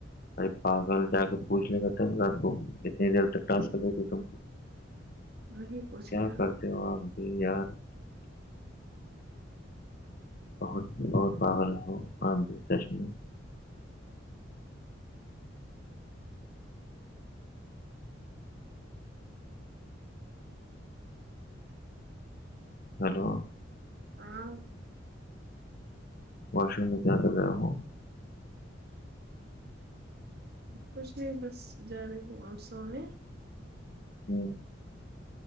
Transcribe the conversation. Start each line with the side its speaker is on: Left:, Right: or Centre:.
Left: ارے پاگل جا کے پوچھے گا تب رات کو اتنی دیر تک ٹاسک کر رہی تھی تم
Right: نہیں پوچھے
Left: کیا
Right: گا
Left: کرتے ہو آپ بھی یار بہت بہت پاگل ہو آپ بھی سچ میں ہلو
Right: ہاں
Left: واش روم میں کیا کر رہے ہو
Right: کچھ نہیں بس جا رہی ہوں اب سونے
Left: ہمم